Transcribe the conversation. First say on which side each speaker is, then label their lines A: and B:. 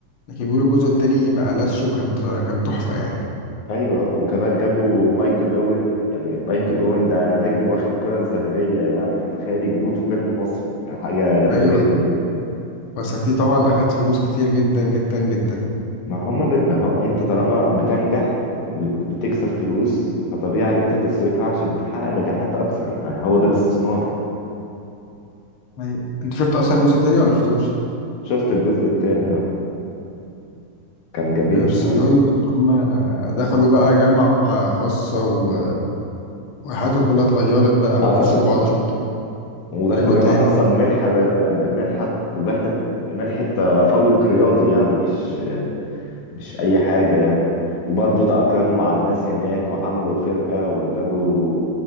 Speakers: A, on the left; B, on the left.
A: لكن بيقولوا الجزء التاني ما قلش وكان كان تحفة يعني
B: ايوه آه. وكمان جابوا مايكل اوين يعني مايكل اوين ده نجم واخد كرة الذهبيه يعني فتخيل يجيبوه في فيلم مصري ده حاجه جامده
A: ايوه
B: جدا يعني
A: بس هتلاقيه طبعا اخد فلوس كتير جدا جدا جدا
B: ما هم ب... ما هو انت طالما بتنجح وبتكسب فلوس فطبيعي ان انت تصرفها عشان تحقق نجاحات اكثر يعني هو ده الاستثمار
A: أيوة. انت شفت اصلا الجزء التاني ولا شفتوش
B: شفت الجزء الثاني اه كان جميل
A: بس
B: بصراحة
A: بيقول لك هم دخلوا بقى جامعة خاصة و... وحياتهم كلها اتغيرت بقى
B: اه
A: وخسروا بعض شوية
B: ودخلوا
A: ورجعوا
B: جامعة
A: تاني
B: خاصة بمنحة بمنحة بمنحة منحة تفوق رياضي يعني مش مش اي حاجه يعني وبرضه تأقلموا مع الناس هناك وعملوا فرقه وجابوا